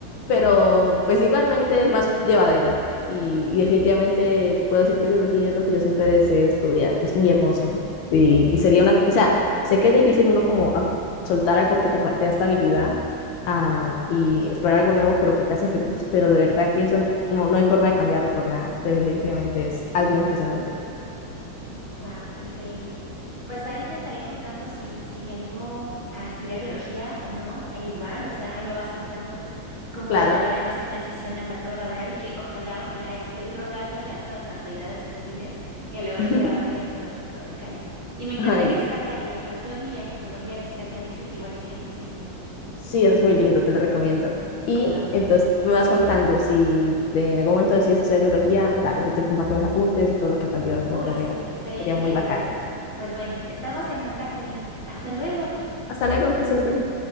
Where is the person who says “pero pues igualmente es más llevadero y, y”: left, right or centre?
Left